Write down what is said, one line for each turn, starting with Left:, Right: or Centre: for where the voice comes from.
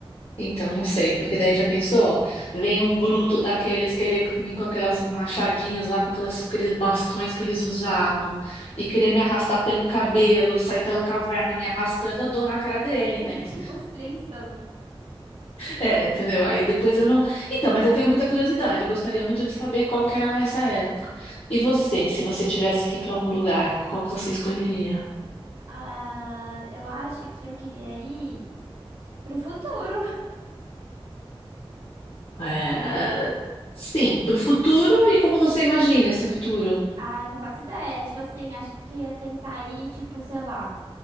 Left: então não sei, porque daí já pensou? Vem um bruto daqueles querer vir com aquelas machadinhas lá, com aquelas, aqueles bastões que eles usavam, e querer me arrastar pelo cabelo, sair pela caverna me arrastando, eu dou na cara dele,
Right: <laughs>
Left: né?
Right: Tipo os Flintstones.
Left: É, entendeu? Aí depois eu não. Então, mas eu tenho muita curiosidade, gostaria muito de saber qual que era essa época. E você, se você tivesse que ir para algum lugar, qual que você escolheria?
Right: Ah, eu acho que eu queria ir pro futuro.
Left: É... Sim,
Right: Eu-
Left: para o futuro e como você imagina esse futuro?
Right: Ai, não faço ideia. Tipo assim, acho que eu ia tentar ir, tipo, sei lá,